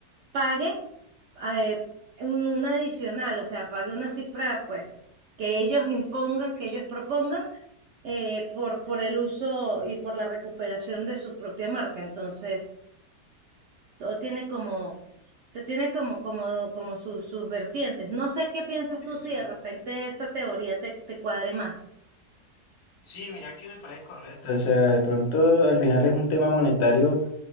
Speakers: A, on the right; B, on the left.
A: pague eh, un, un adicional, o sea, pague una cifra pues que ellos impongan, que ellos propongan eh, por, por el uso y por la recuperación de su propia marca. Entonces, todo tiene como sea, tiene como, como, como sus, sus vertientes. No sé qué piensas
B: sí,
A: tú si
B: sí.
A: de repente esa teoría te, te cuadre más.
B: Sí, mira que me parece correcto. O sea, de pronto al final es un tema monetario